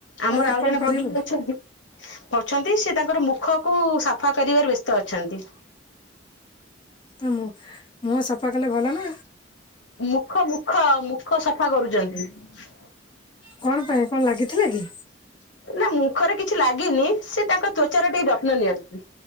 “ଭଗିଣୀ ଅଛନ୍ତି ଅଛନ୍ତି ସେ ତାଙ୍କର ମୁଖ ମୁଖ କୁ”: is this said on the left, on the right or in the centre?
Left